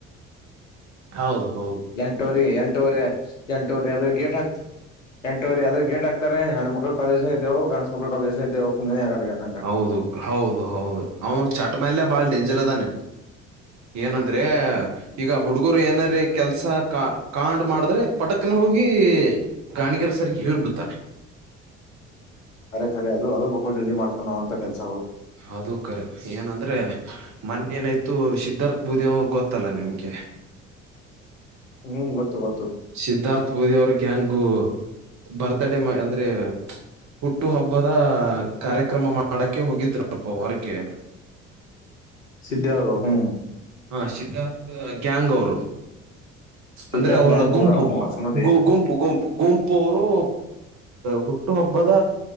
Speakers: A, on the right; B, on the left.
A: ಹೌದು ಹೌ.
B: ಎಂಟೂವರಿ ಎಂಟವರಿ ಎಂಟೂವರಿ ಅದ್ರ ಗೇಟ್ ಹಾಕ್ತ ಎಂಟೂರಿ ಅದ್ರ ಗೇಟ್ ಹಾಕ್. ಹೆಣ್ಣ್ಮಕ್ಕು ಕಾಲೇಜನದೆ ಗಣಸುಕ್ಕ ಕಾಲಜ ಇದದೆವು ಕುಲನೆ ಆಗೋಲ್ದಗ್ಯದ.
A: ಹೌದು ಹೌದು ಹೌದು ಅವನು ಚಟ್ ಮಲ್ಯ ಬಾಳ ಡೇಂಜರ್ ಅದಾನೆ. ಏನಂದ್ರೆ ಈಗ ಹುಡು. ಹಗರು ಏನಾರ ಕೆಲ್ಸ ಕಾ ಕಾಂಡ್ ಮಾಡಿದ್ರೆ ಪಟಕ್ನ ಹೋಗಿ. ಗಾಣಿಗರ ಸರಿ ಹೇಳ್ಬಿಡ್ತಾರೆ.
B: ಅರೆಖರೆ ಅದು ಅದ ಬಕ್ಕೋಲ್ಲ್ಲಿ ಮಾಡ್ತಾನ ಅಂತ ಕೆಲಸ.
A: ಅದು ಕರೆ ಏನಂದ್ರೆ. ಮೊೆ ಏನಾಯ್ತು ಸಿದ್ಧಾರ್ಥ ಬೂದಿ ಅವ್ರ ಗೊತ್ತಲ್ಲಾ ನಿಮ್ಗೆ.
B: ನಿಮ್ ಗೊತ್ತು ಗೊತ.
A: ಸಿದ್ಧಾರ್ಥ ಬೋದಿ ಅವ್ರಿಗೆ ಗ್ಯಾಂಗು ಬರ್ತಡೇ ಅಂದ್ರೆ. ಹುಟ್ಟು ಹಬ್ಬದ ಕಾರ್ಯಕ್ರಮ ಮಾಡಕ್ಕೆ ಹೋಗಿದ್ರಪ್ಪ ಹೊರಗೆ.
B: ಸಿದ್ದ ಅವರು ಹ್ಮ.
A: ಹಾ ಸಿದ್ಧಾರ್ಥ್ ಗ್ಯಾಂಗ್ ಅವರು.
B: ಸಿದ್ದಾರ್
A: ಅಂದ್ರೆ ಅವರ
B: ಗ್ಯಾಂಗ್
A: ಗುಂಪು
B: ಪೂರ ಹೊಸಮದಿ
A: ಗುಂ. ಗುಂಪು ಗುಂಪು ಅವರು ಹುಟ್ಟುಹಬ್ಬದ.